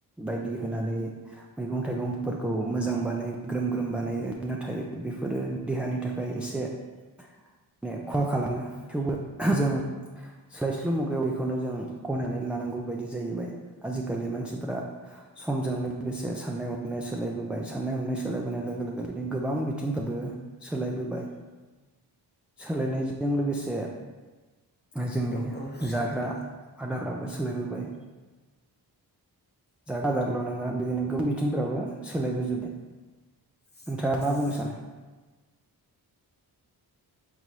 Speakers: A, in the centre; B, on the left (about 25°).
A: बायदि होनानै मैगं थाइगंफोरखौ मोजां बानाय ग्रोम ग्रोम बानायो। नाथाय बेफोरो देहानि थाखाय एसे माने खहा खालामो थेवबो जों सोलायस्लु मुगायाव बेखौनो जों गनायनानै लानांगौ बायदि जाहैबाय आजि खालि मानसिफ्रा समजों लोगोसे साननाय हनाय सोलायबोबाय साननाय हनाय सोलायबोनाय लोगो-लोगो बिदिनो गोबां बिथिंफ्राबो सोलायबोबाय सोलायनायजों लोगोसे जोंनि
B: औ औ सोलायदोंमोन
A: जाग्रा आदाराबो सोलायबो बोबाय। जाग्रा आदारल' नङा बिदिनो गोबां बि बिथिंफ्राबो सोलायबोजोब्बाय।
B: <unintelligible>
A: नोंथाङा मा बुंनो सानो